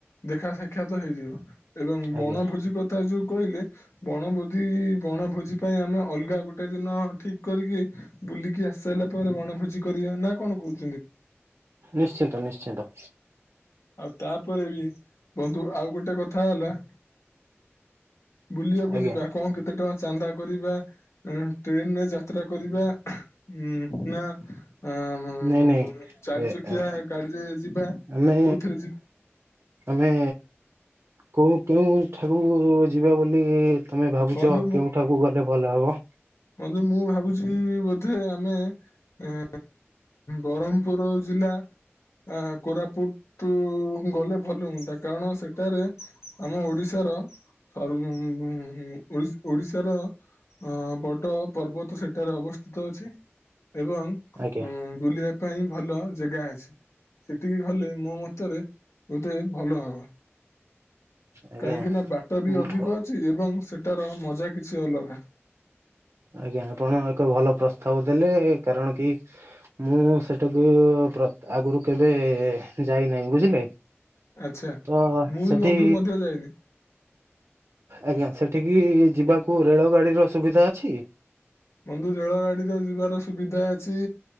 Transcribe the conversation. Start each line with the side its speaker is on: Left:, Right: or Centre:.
Left: ଦେଖା ସାଖ ସାଖ୍ୟାତ ହେଇଯିବ ଏବଂ ବଣଭୋଜି
Right: ଆଜ୍ଞା
Left: ତା ଯୋଉ କହିଲେ ବଣଭୋଜି ବଣଭୋଜି ପାଇଁ ଆମେ ଅଲଗା ଗୋଟେ ଦିନ ଠିକ କରିକି ବୁଲିକି ଆସାରିଲା ପରେ ଗଣଭୋଜି କରିବା ନା କଣ କହୁଚୁ?
Right: ନିଶ୍ଚିନ୍ତ ନିଶ୍ଚିନ୍ତ।
Left: ଆଉ ତାପରେ ବି ବନ୍ଧୁ ଆଉ ଗୋଟେ କଥା ହେଲା। ବୁଲିବାକୁ
Right: ଆଜ୍ଞା
Left: ଯିବା କଣ କେତେ ଟଙ୍କା ଚାନ୍ଦା କରିବା? ଟ୍ରେନରେ ଯାତ୍ରା କରିବା ଉ ନା ହୁଁ
Right: ନାଇଁ ନାଇଁ
Left: ଚାରି ଚକିଆ
Right: ଏ
Left: ଗାଡିରେ ଯିବା।
Right: ଆମେ
Left: କୋଉଥିରେ ଯିବା
Right: ଆମେ କଉ କେଉଁଠାକୁ ଯିବା ବୋଲି ତମେ ଭାବୁଛ
Left: ବନ୍ଧୁ
Right: କେଉଁଠାକୁ ଗଲେ ଭଲ ହବ?
Left: ବନ୍ଦୁ ମୁଁ ଭାବୁଛି ବୋଧେ ଆମେ ଏ ବ୍ରମପୁର ଜିଲ୍ଲା ଆ କୋରାପୁଟୁ ଗଲେ ଭଲ ହୁଅନ୍ତା କାରଣ ସେଠାରେ ଆମ ଓଡିଶାର ରୁ ଓଡିଶି ଓଡ଼ିଶାର ଅ ବଡ ପର୍ବତ ସେଠାରେ ଅବସ୍ଥିତ ଅଛି। ଏବଂ
Right: ଆଜ୍ଞା।
Left: ବୁଲିବା ପାଇଁ ଭଲ ଜେଗା ଅଛି। ସେଠିକି ଗଲେ ମୋ ମତରେ ବୋଧେ ଭଲ ହବ।
Right: ଆଜ୍ଞା
Left: କାହିଁକିନା ବାଟ ବି ଅଧିକ
Right: ଭ
Left: ଅଛି ଏବଂ ସେଟାର ମଜା କିଛି ଅଲଗା।
Right: ଆଜ୍ଞା ଆପଣ ଏକ ଭଲ ପ୍ରସ୍ତାବ ଦେଲେ କାରଣ କି ମୁଁ ସେଠାକୁ ପ୍ର ଆଗରୁ କେବେ ଯାଇନାହିଁ ବୁଝିଲେ।
Left: ଆଚ୍ଛା
Right: ତ
Left: ମୁଁ
Right: ସେଠି
Left: ବି ବନ୍ଧୁ ମଧ୍ୟ ଯାଇନି
Right: ଆଜ୍ଞା ସେଠିକି ଯିବାକୁ ରେଳ ଗାଡିର ସୁବିଧା ଅଛି?
Left: ବନ୍ଧୁ ରେଳ ଗାଡିର ଯିବାର ସୁବିଧା ଅଛି।